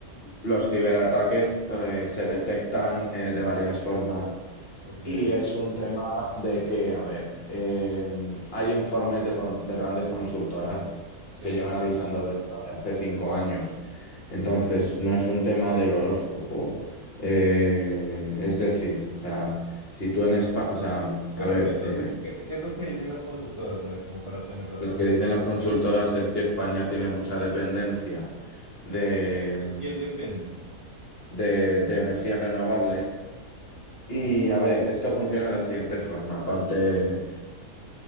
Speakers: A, on the left (about 45°); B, on the right (about 30°).
A: Los ciberataques eh, se detectan eh, de varias formas.
B: Ok,
A: Y es un tema de que, a ver, em, hay informes de, con- de grandes consultoras
B: sí.
A: que llevan avisando de esto de hace cinco años. Entonces, no es un tema del horóscopo. Eh, es decir, o sea, si tú en España, o sea,
B: Bueno,
A: a ver,
B: pero entonces,
A: eh,
B: ¿qué, qué es lo que dicen las consultoras? A ver, como para tener las
A: lo
B: cosas
A: que dicen las
B: más
A: consultoras
B: claras.
A: es que España tiene mucha dependencia de, em,
B: ¿De quién dependen?
A: de de energías renovables. Y
B: Mm,
A: a ver, esto funciona de la siguiente forma. Aparte,
B: a ver,